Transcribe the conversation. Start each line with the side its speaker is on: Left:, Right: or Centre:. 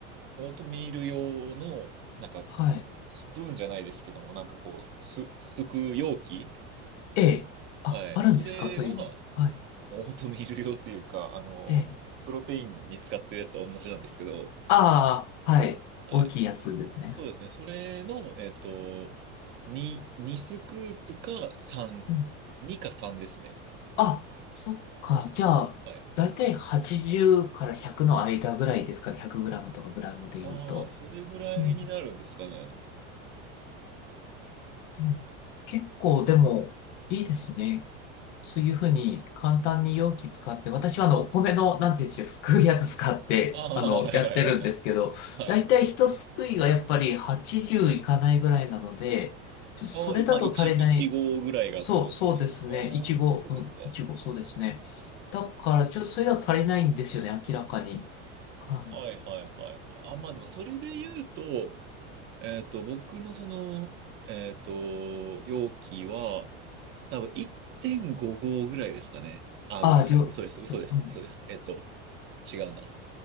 Right: オートミール用の、なんかス、
Left: はい。
Right: スプーンじゃないですけども、なんかこう、す、すく容器
Left: ええ。あ、
Right: はい。
Left: あるんですかそういうの。
Right: それは、
Left: はい。
Right: オートミール用というか、あの、
Left: ええ。
Right: プロテインに使ってるやつと同じなんですけど、
Left: ああ、はい。
Right: はい
Left: 大きいやつですね。
Right: そうですね。それの、えっと、2、2スクープか3、
Left: うん。
Right: 2か3ですね。
Left: あ、そっか。じゃあ、
Right: はい。
Left: だいたい80から100の間ぐらいですかね。100グラムとかグラムで言うと。
Right: ああ、それぐらいになるんですかね。
Left: うん。でも結構、でも、いいですね。そういうふうに簡単に容器使って、私はあの、お米の、
Right: はい。
Left: なんていうんでしょう、すくうやつ使って、
Right: ああ、
Left: あの、
Right: はいはいはいはい。
Left: やってるんですけど、
Right: はい。
Left: だいたい一すくいがやっぱり80いかないぐらいなので、ちょっとそれだと足りない。
Right: ああ、いまあ、1、いち号ぐらいがってことですかね。
Left: そう、そうですね。
Right: ああ、
Left: いちご、
Right: そうですか。
Left: うん、いちご、そうですね。だから、ちょっとそれだと足りないんですよね、明らかに。はい。
Right: はいはいはいはい。あ、まあでもそれで言うと、えっと、僕のその、えっと、容器は、多分1.5号ぐらいですかね。ああ、
Left: ああ、
Right: ごめんなさい。
Left: りょ、
Right: 嘘です、嘘です、
Left: うん。
Right: 嘘です。えっと、違うな。